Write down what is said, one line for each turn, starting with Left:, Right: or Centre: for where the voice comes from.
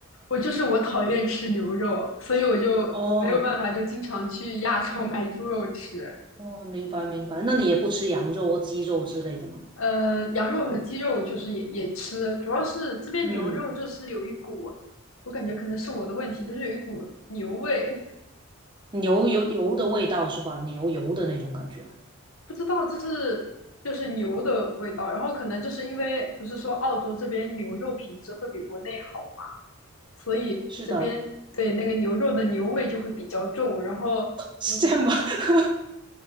Left: 我就是我讨厌吃牛肉，所以我就没有办法，
Right: 哦
Left: 就经常去亚超买猪肉吃。
Right: 哦，明白明白，那你也不吃羊肉或鸡肉之类的吗？
Left: 呃，羊肉和鸡肉就是也也吃，主要是这边牛肉就是有一股，
Right: 嗯，
Left: 我感觉可能是我的问题，就是有一股牛味，
Right: 牛油油的味道是吧？牛油的那种感觉，
Left: 不知道这是就是牛的味道，然后可能就是因为不是说澳洲这边牛肉品质会比国内好嘛，所以这边对那个牛肉的牛味就会比较重，
Right: 是的，
Left: 然后我
Right: 是这样吗？<laughs>